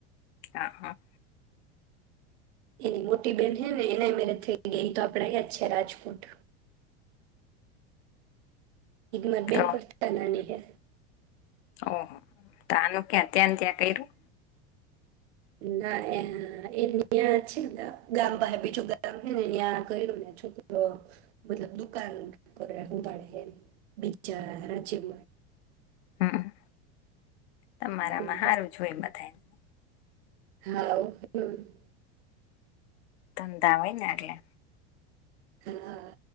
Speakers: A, on the left; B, on the right.
A: હા, હા.
B: એની મોટી બેહેન હે ને એના મેરેજ થઈ ગયા ઈ તો આપડે અહીંયા જ છે રાજકોટ. ઈત માર બેન
A: તો
B: કરતા એય નાની હે.
A: ઓહ તાનું ક્યા ત્યાન ત્યા કર્યું
B: ના એન <unintelligible> એંને ત્યાં છે ને ગા ગામ પાહે બીજું ગામ છે ને ન્યાં કર્યું ને છોકરો મતલબ દુકાન <unintelligible> બીચારા રાજેન
A: હમ્મ. તમારામાં
B: એવું હે
A: હારું જ હોય બધાયને.
B: હા હો <unintelligible>
A: ધંધા હોય ને એટલે
B: હા.